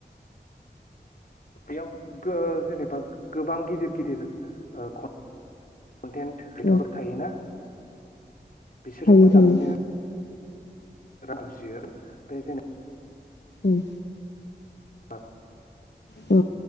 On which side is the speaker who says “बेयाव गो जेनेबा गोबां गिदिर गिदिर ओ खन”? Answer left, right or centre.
Left